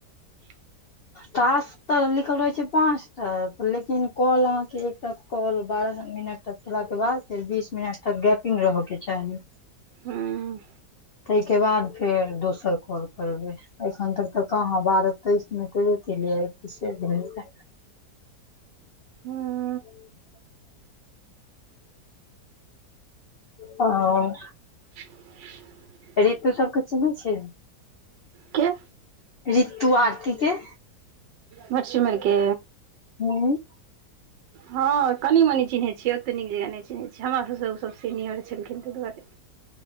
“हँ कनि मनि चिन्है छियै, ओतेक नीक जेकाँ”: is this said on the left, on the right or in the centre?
Right